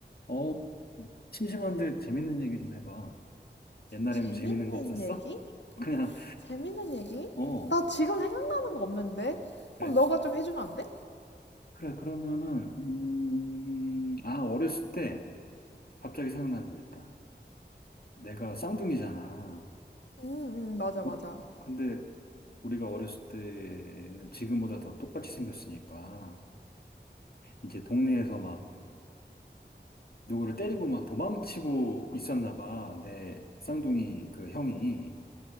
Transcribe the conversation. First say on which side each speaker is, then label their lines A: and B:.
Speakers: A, on the left; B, on the left.
A: 어, 심심한데 재밌는 얘기 좀 해봐. 옛날에
B: 재밌는
A: 뭐 재밌는 거 없었어?
B: 얘기?
A: <laughs> 그냥,
B: 재밌는 얘기?
A: 어,
B: 나 지금 생각나는 거 없는데?
A: 그래?
B: 그럼 너가 좀 해주면 안 돼?
A: 그래, 그러면은, 음, 아, 어렸을 때 갑자기 생각나는 거 있다. 내가 쌍둥이잖아.
B: 응, 응, 맞아,
A: 근,
B: 맞아.
A: 근데 우리가 어렸을 때는 지금보다 더 똑같이 생겼으니까, 이제 동네에서 막 누구를 때리고 막 도망치고 있었나 봐. 내 쌍둥이 그 형이.